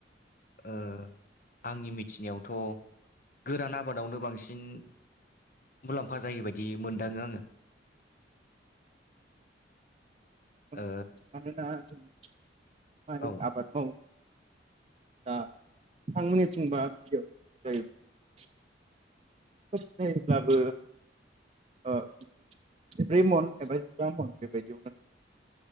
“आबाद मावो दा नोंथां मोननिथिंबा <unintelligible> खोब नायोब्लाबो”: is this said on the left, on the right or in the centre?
Right